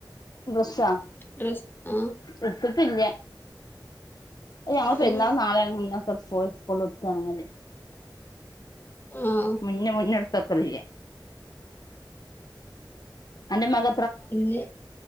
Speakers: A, on the left; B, on the left.
A: ഡ്രസ്സ്അ
B: ഡ്രസ് ആ
A: എടുത്തിട്ടില്ല ഞങ്ങ്
B: ആഹ്
A: പെരുനള് നാളെയണകി ഇനണ് എടുക. പോയി എടുകണകില്.
B: ആഹ്
A: മുന്നേ മുന്നെ ടുത്തക്കലില. അൻ്റ മക
B: ഇന്ന്